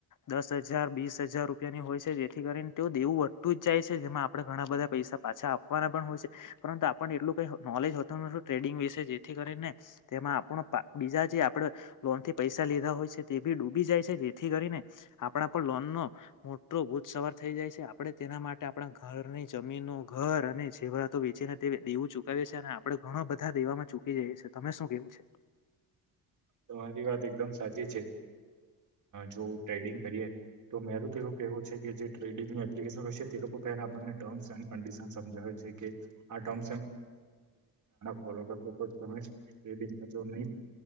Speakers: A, on the left; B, on the right.
A: દસ હજાર બીસ હજાર રૂપિયાની હોય છે જેથી કરીને તે દેવું વધતું જ જાય છે જેમાં આપણે ઘણા બધા પૈસા પાછા આપવાના પણ હોય છે. પરંતુ આપણને એટલું કઈ નોલેજ હોતું નથી ટ્રેડિંગ વિશે જેથી કરીને તેમાં આપણો બીજા જે આપડ લોન થી પૈસા લીધા હોય છે તે બી ડૂબી જાય છે જેથી કરીને આપણા પર લોન નો મોટો ભૂત સવાર થઈ જાય જાય છે આપણે તેના માટે આપણા ઘરની જમીનો ઘર અને જેવરાતો વેચીને. દેવું ચુકાવ છે અને આપડે ઘણો બધા દેવામાં ચૂકી જઈએ છીએ તમે શું કેવું છે
B: તમારી વાત એકદમ સાચી છે જો ટ્રેડિંગ કરી તો મેર તો એવો કેહેવું છે કે જે ટ્રેડિંગનું એપ્લિકેશન હોય છે તે લોકો પહેલા આપણને ટર્મ્સ એન્ કડિશન સમજાવે છે તમે ફો કરશો તોમેડંગ ન